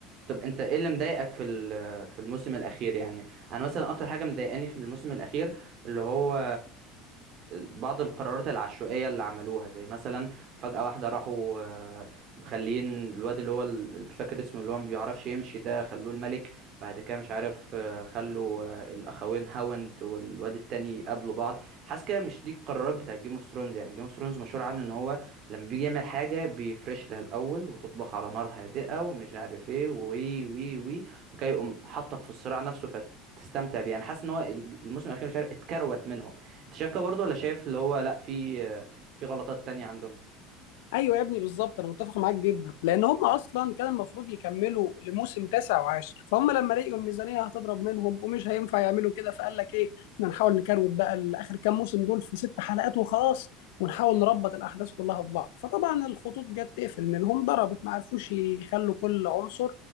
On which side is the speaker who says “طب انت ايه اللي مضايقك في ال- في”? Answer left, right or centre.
Right